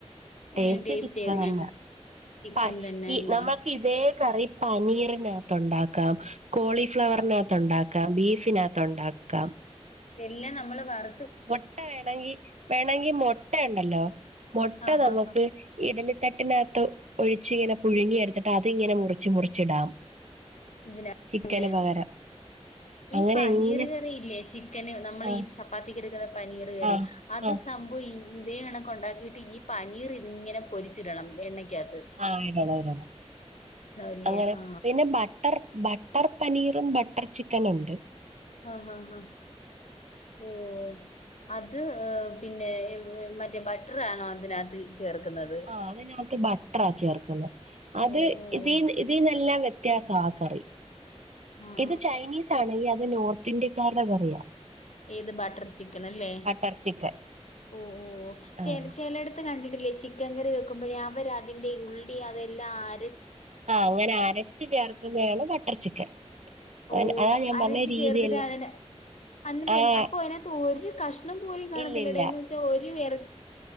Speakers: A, on the right (about 75°); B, on the left (about 80°).
A: ട്ടേസ്റ്റ്
B: ഏഹ് ടേസ്റ്റ്
A: ചിക്കൻ
B: ഏതിനാ
A: നന്നാ
B: ചിക്കൻ
A: പഷ്
B: തന്നെ
A: ട്ടി
B: അല്ലേ
A: നമ്മൾക്കി തേ കറി പനീ നീറിനകത്തുണ്ടാക്കാം കോളി ഫ്ലവർനകത്തുണ്ടാക്കാം
B: ആഹ് ആഹ്
A: ബീഫിനക തൊണ്ടാക്കാം
B: എല്ലാ അമ്മള് വർ
A: മൊട്ട വേണങ്കി വേണെങ്കി മുട്ടേണ്ടല്ലോ മൊട്ട
B: ആ
A: നമ്ക്ക്
B: ഹാ ഹാ
A: ഇഡലി തട്ട്നകത്തോ ഒഴിച്ചിങ്ങനെ പുഴുങ്ങിയടുത്ട്ട് അത് ഇങ്ങനെ മുറിച്ച് മുറിച്ചിടാം
B: ഇതിന
A: ചിക്കന്
B: ല്യയാ
A: പകരം
B: ഈ
A: അങ്ങനെ
B: പനീറ്കറി
A: എങ്ങനെ
B: ഇല്ലേ ചിക്കന് നമ്മള്
A: ആ
B: ഈ ചപ്പാത്തിക്ക് എട്ക്ന്ന പനീറ് കറി
A: ആ
B: അത്
A: ആ
B: സം പ്പൊ യി ഇതേ കണകൊണ്ടാക്കിട്ട് ഈ പനീറ്തിങ്ങനെ പൊരിച്ചിടണം എണ്ണ ക്യാത്ത്
A: ആഹ് ഇടണം ഇടണം
B: ഇല്ലേ
A: അങ്ങനെ
B: ആ
A: പിന്നെ ബ ബട്ടർ ബട്ടർ പനീറും ബട്ടർ ചിക്കനുണ്ട്
B: ആഹ് ഹഹ് ഹാ ഓ അത് പിന്നെ മറ്റേ ബട്ടറാണോ അതിനകത്ത് ചേർക്കുന്നത്
A: ആഹ് അതിനകത്ത് ബട്ടറാ ചേർക്കുന്നത് അത്
B: ഓ ഓ
A: ഇതീ
B: ഓ.
A: ഇതിന്നെല്ലാം വ്യത്യാസം ആ കറി
B: ആഹ്
A: ഇത് ചൈനീസ് ആണെങ്കിൽ അത് നോർത്ത് ഇന്ത്യക്കാരുടെക്കെറിയാം
B: ഏത് ബട്ടർ ചിക്കൻ അല്ലേ
A: ബട്ടർ ചിക്കൻ
B: ഓ ഓ ച
A: ആഹ്
B: ചിലടുത്ത് കണ്ടിട്ടില്ലേ ചിക്കൻ കറി വെക്കുമ്പോഴേ അവർ അതിന്റെ ഉള്ളി അതെല്ലാം അര
A: ആഹ് അങ്ങനെ അരച്ചു ചേർക്കുന്നതാണ് ബട്ടർ ചിക്കൻ
B: ഓ
A: അ- അതാ ഞാൻ
B: അരച്ച
A: പറഞ്ഞ രീതിയെല്ലാം
B: ചേർത്തിട്ട് അതിനെ അന്നിട്ട്
A: ആഹ്
B: അപ്പൊ അതിനകത്ത് ഒരു കഷ ഷണം പോലും കാണത്തില്ലടെ
A: ഇല്ല ഇല്ല
B: ന്ന് വെച്ചാൽ ഒരു വിറ